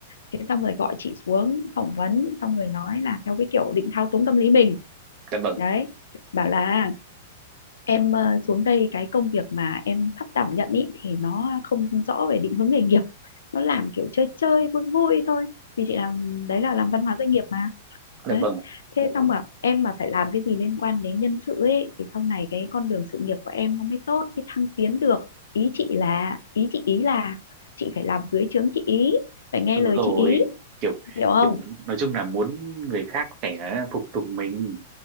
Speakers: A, on the left; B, on the right.
A: thế xong rồi gọi chị xuống phỏng vấn xong rồi nói là theo cái kiểu định thao túng tâm lý mình
B: dạ vâng
A: đấy bảo là em ờ, xuống đây cái công việc mà em sắp đảm nhận ý thì nó không rõ về định hướng nghề nghiệp nó làm kiểu chơi chơi vui vui thôi vì chị làm đấy là làm văn hóa doanh nghiệp mà
B: dạ
A: đấy
B: vâng
A: thế xong mà em mà phải làm cái gì liên quan đến nhân sự ấy thì sau này cái con đường sự nghiệp của em nó mới tốt mới thăng tiến được ý chị là ý chị ý là chị phải làm dưới trướng chị ý phải nghe
B: đúng
A: lời
B: rồi
A: chị ý
B: kiểu
A: hiểu không
B: kiểu nói chung là muốn người khác phải là phục tùng mình